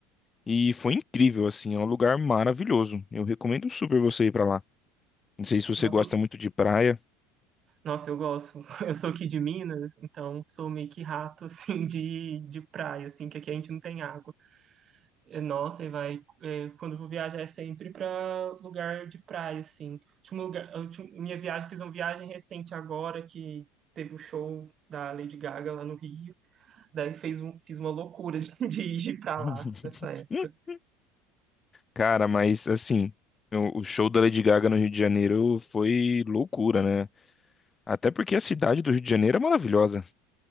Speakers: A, on the left (about 25°); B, on the right (about 40°).
A: e foi incrível, assim, é um lugar maravilhoso. Eu recomendo super você ir pra lá. Não sei se você
B: Nossa,
A: gosta muito de praia.
B: nossa, eu gosto. <laughs> Eu sou aqui de Minas, então sou meio que rato, <laughs> assim, de, de praia, assim, que aqui a gente não tem água. É, Nossa, e vai. é, Quando eu vou viajar é sempre pra lugar de praia, assim. Último lugar, a última- minha viagem, fiz uma viagem recente agora que teve o show da Lady Gaga lá no Rio. Daí fez um, fiz uma loucura <laughs> de ir pra
A: <laughs>
B: lá nessa época.
A: Cara, mas assim, o o show da Lady Gaga no Rio de Janeiro foi loucura, né? Até porque a cidade do Rio de Janeiro é maravilhosa.